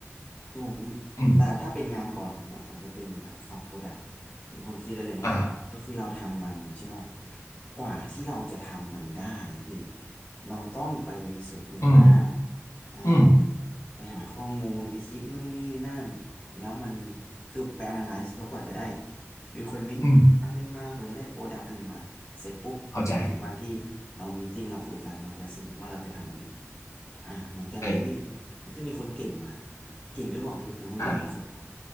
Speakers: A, on the left; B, on the left.
A: คือผม
B: อืม
A: แต่ถ้าเป็นงานก่อนผมอะผมจะเป็นแบบฝั่งโปรดักต์เป็นคนคิดอะไรเนี้ยแล้วคือเราทำมันใช่ป่ะ
B: อ่า
A: กว่าที่เราจะทำมันได้อะพี่เราต้องไปรีเสิร์ชเยอะมาก
B: อืม
A: อ่า
B: อืม
A: ไปหาข้อมูลไปคิดนู่นนี่นั่นแล้วมันคือไป analyze แล้วกว่าจะได้ requirement
B: อืม
A: อันนึงมากว่าจะได้โปรดักตอันนึงมาเสร็จปุ๊บพอถึงวันที่เรามีตติ้งเราคุยกันเราจะเสนอว่าเราจะทำแบบเนี้ย
B: เข้าใจ
A: อ่าเหมือนกันเลยพี่
B: เออ
A: มันก็จะมีคนเก่งมาเก่งหรือเปล่าไม่รู้แต่มันก็จะมีคนมอง
B: อ่า